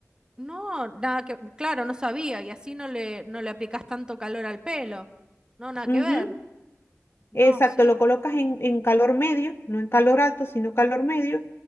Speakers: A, on the right; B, on the left.
A: No, nada que, claro, no sabía y así no le, no le aplicás tanto calor al pelo. No, nada
B: Ujú.
A: que ver. No,
B: Exacto,
A: sí.
B: lo colocas en, en calor medio, no en calor alto, sino calor medio,